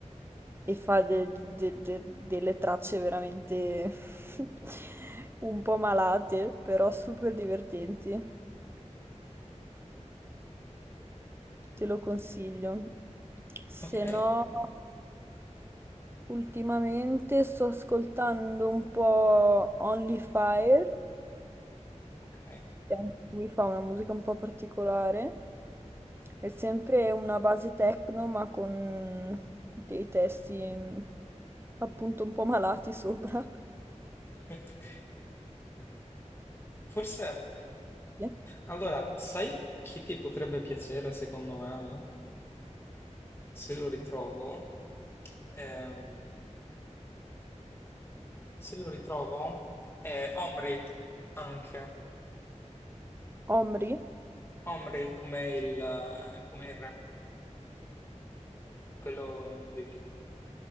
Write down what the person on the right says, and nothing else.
e fa de- de- de- delle tracce veramente <laughs> un po' malate, però super divertenti. te lo consiglio. Se
no, ultimamente sto ascoltando un po' Only Fire,
che anche lui fa una musica un po' particolare. È sempre una base techno, ma con dei testi mm, appunto un po' malati sopra.
<laughs> Sì.
Omri,